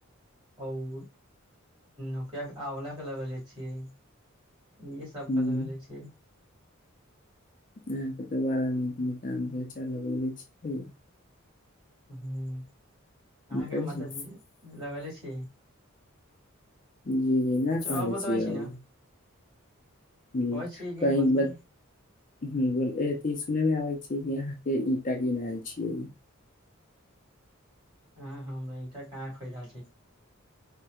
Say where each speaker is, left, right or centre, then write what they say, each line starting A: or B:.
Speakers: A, on the right (about 25°); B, on the left (about 40°).
A: आओर ओकराके आँवला के लगले छियै। इहे सब
B: हूँ
A: के लगले छियै।
B: यहाँके तऽ बारा नितन बगीचा लगयले छियै।
A: ह अहाँके
B: पता छै
A: माताजी लगले छियै?
B: जी जी नहि
A: अच्छा
B: कहले
A: आओर बतबै
B: छियै
A: छी
B: अब।
A: ने
B: हँ
A: कहै छियै कि
B: कही
A: मतलब
B: बत एक पीस नेने आबै छीै किये के ई त गिनल छियै।
A: अहाँ हमरा ईटा कहाँ खरीदार छैय।